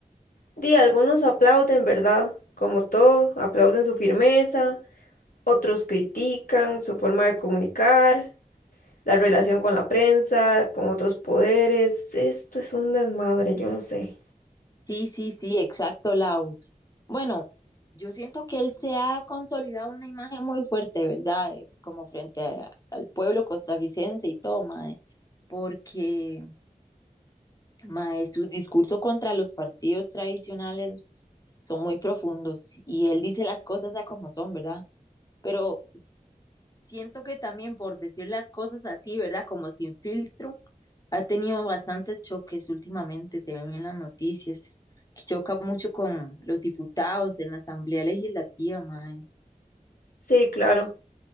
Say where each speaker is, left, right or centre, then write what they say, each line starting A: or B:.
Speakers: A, on the left; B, on the left.
A: di, algunos aplauden, ¿verdad? Como todo, aplauden su firmeza, otros critican su forma de comunicar, la relación con la prensa, con otros poderes. Esto es un desmadre, yo no sé.
B: sí, sí, sí, exacto, Lau. Bueno, yo siento que él se ha consolidado una imagen muy fuerte, ¿verdad? Eh, Como frente a- al pueblo costarricense y todo, mae, porque, mae, sus discursos contra los partidos tradicionales son muy profundos y él dice las cosas a como son, ¿verdad? Pero siento que también por decir las cosas así, ¿verdad? Como sin filtro, ha tenido bastantes choques últimamente, se ven en las noticias, que choca mucho con los diputados en la Asamblea Legislativa, mae.
A: Sí, claro,